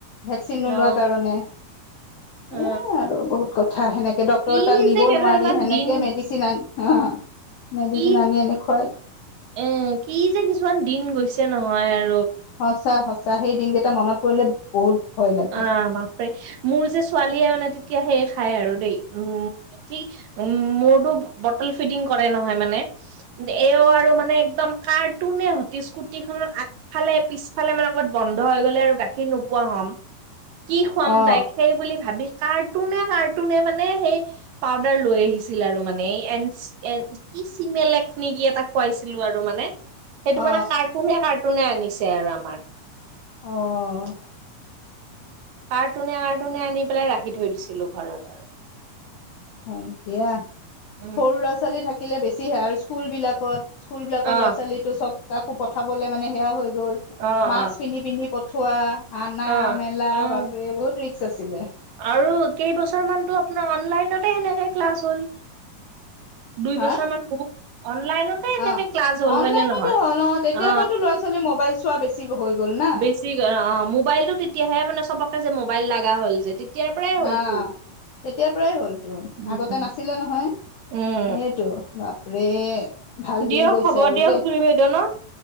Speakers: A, on the left (about 80°); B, on the right (about 80°).
A: ভেকচিন নোলোৱা
B: অ
A: কাৰণে।
B: অ
A: এ আৰু বহুত কথা, সেনেকে ডক্তৰ
B: কি
A: তাত নিব
B: যে কেইটামান
A: নোৱাৰি সেনেকে
B: দিন
A: মেডিচিন আনি অ'। মেডিচিন
B: কি,
A: আনি আনি খুৱাই
B: এ কি যে কিছুমান দিন গৈছে নহয় আৰু
A: সঁচা সঁচা, সেই দিনকেইটা মনত পৰিলে বহুত ভয় লাগে
B: অ', বাপৰে মোৰ যে ছোৱালীয়ে মানে তিতিয়া সেই খাই আৰু দেই, উ ঠিক উ মোৰতো বটল ফিডিং কৰে নহয় মানে এও আৰু মানে একদম কাৰ্টুনে হতি স্কুটি খনত আগফালে পিছফালে মানে কবাত বন্ধ বন্ধ হৈ গ'লে আৰু গাখীৰ নোপোৱা হ'ম। কি খোৱাম
A: অ
B: তাইক সেই বুলি ভাবি কাৰ্টুনে-কাৰ্টুনে মানে সেই পাউদাৰ লৈ আহিছিল আৰু মানে, এই এনচ এন কি চিমেলেক নে কি এটা খুৱাইছিলো আৰু মানে। সেইটো
A: অ অ
B: মানে কাৰ্টুনে-কাৰ্টুনে আনিছে আৰু আমাৰ।
A: অ'।
B: কাৰ্টুনে-কাৰ্টুনে আনি পেলাই ৰাখি থৈ দিছিলো ঘৰত আৰু।
A: হয় দিয়া,
B: উম,
A: সৰু ল'ৰা-ছোৱালী থাকিলে বেছিহে আৰু স্কুল বিলাক স্কুলবিলাকৰ
B: অ',
A: ল'ৰা -ছোৱালীটো চব কাকো পঠাবলে মানে সেয়া হৈ গ'ল,
B: অ',
A: মাক্স
B: অ',
A: পিন্ধি পিন্ধি পঠোৱা, আনা
B: অ',
A: মেলা
B: উম।
A: বাপেৰে বহুত ৰিস্ক আছিলে।
B: আৰু কেইবছৰমানটো আপোনাৰ অনলাইনতে সেনেকে ক্লাছ হ'ল। দুই
A: হা
B: বছৰ মান বহু অনলাইনতে এনেকে
A: অ
B: ক্লাছ হ'ল
A: অনলাইনতে
B: হয় নে নহয়?
A: হ'ল তেতিয়াৰ
B: অ।
A: পৰাতো ল'ৰা ছোৱালী মোবাইল চোৱা বেছি হৈ গ'ল না
B: বেছি অ মোবাইলটো তেতিয়াহে মানে চবকে যে মোবাইল লগা হ'ল যে। তেতিয়াৰ পৰাই হ'লতো।
A: আহ তেতিয়াৰ পৰাই হ'ল তো
B: উম।
A: আগতে নাছিলে নহয়।
B: উম,
A: সেইটো বাপৰে, ভাল
B: দিয়ক
A: দিন গৈছে
B: হ'ব
A: আৰু
B: দিয়ক
A: দেই।
B: জুৰি বাইদেউ ন?